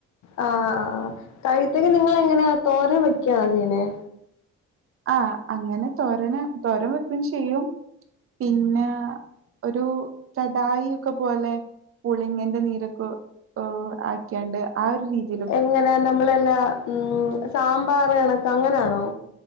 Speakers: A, on the left; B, on the right.
A: ആഹ് ആഹ് കഴുത്തങ്ങ നിങ്ങൾ എങ്ങനെയാ തോരൻ വെക്കാണോ ചെയ്യുന്നേ.
B: ആഹ് അങ്ങനെ തോരന് തോരൻ വെക്കും ചെയ്യും പിന്നെ ഒരു കടായി ഒക്കെ പോലെ പുളിങ്ങന്റെ നീരൊക്കെ ആക്കിയാണ്ട് ആഹ് ഒരു രീതി
A: എങ്ങനെ നമ്മളെല്ലാ ഉം സാമ്പാർ കണക്ക് അങ്ങനെയാണോ.